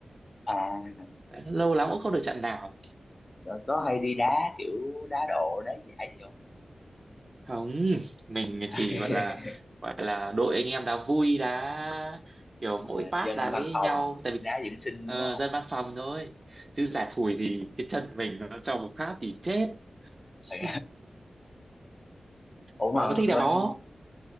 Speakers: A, on the left; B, on the right.
A: à
B: lâu lắm cũng không được trận nào
A: rồi có hay đi đá kiểu đá độ đá giải gì không
B: không mình
A: <laughs>
B: chỉ gọi là gọi là đội anh em đã vui đã kiểu mỗi
A: à,
B: part
A: dân
B: đá với
A: văn phòng
B: nhau tại vì
A: đá dưỡng sinh
B: ờ,
A: đúng không
B: dân văn phòng thôi chứ giải phủi thì cái chân mình nó cho một phát thì chết
A: Ừ.
B: <laughs>
A: ủa
B: bạn
A: mà
B: có thích đá
A: bên
B: bóng không